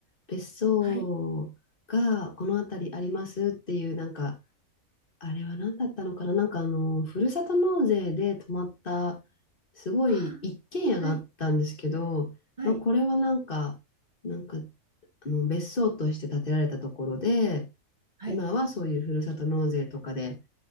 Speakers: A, on the left; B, on the right.
A: 別荘がこの辺りありますっていう、
B: はい。
A: なんか、あれは何だったのかな、なんかあの、ふるさと納税で泊まった、すごい一軒家があったんですけど、
B: ああ、はい。はい。
A: まあ、これはなんか、なんか、あの、別荘として建てられたところで、
B: はい。
A: 今はそういうふるさと納税とかで、